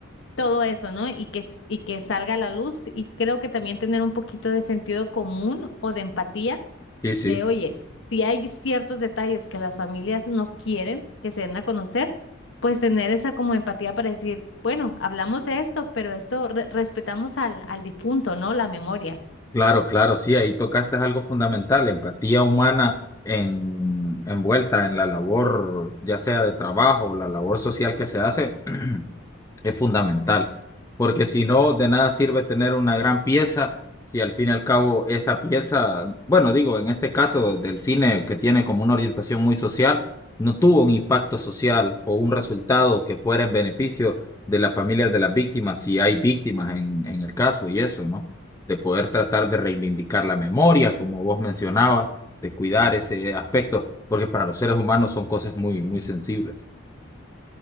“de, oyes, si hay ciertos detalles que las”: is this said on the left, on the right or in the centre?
Left